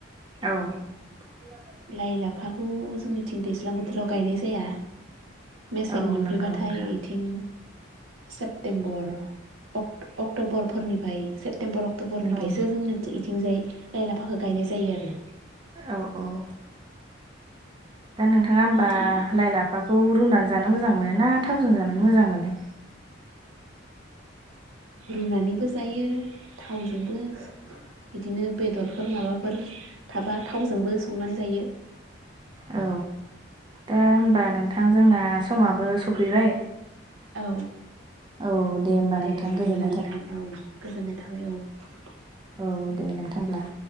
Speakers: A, on the right (about 25°); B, on the right (about 80°).
A: औ
B: लाइ लाफाखौ जोंनिथिं दैज्लां बोथोराव गायनाय जाया मेसें
A: औ
B: मोनफैबाथाय
A: नंगौ नोंथां
B: इथिं सेप्तेम्बर अक अक्ट'बरफोरनिफ्राय सेप्तेम्बर अक्ट'बरनिफ्रायसो
A: औ
B: जोंना -थिंजाय लाइ लाफाखौ गायनाय जायो आरो।
A: औ औ दा नोंथाङा होमबा
B: नोंथां
A: लाइ लाफाखौ रुनानै जानो मोजां मोनोना? थावजों जानानै मोजां मोनो?
B: रुनानैबो जायो। थावजोंबो बिदिनो बेदरफोर माबाफोर थाबा थावजोंबो संनानै जायो।
A: औ दा होमबा नोंथां जोंना समाबो सफैबाय।
B: औ
A: औ होमबा
B: दे
A: नोंथां
B: बिदिब्ला
A: गोजोननाय
B: नोंथां औ गोजोननाय थाबाय औ।
A: औ दे नोंथांब्ला।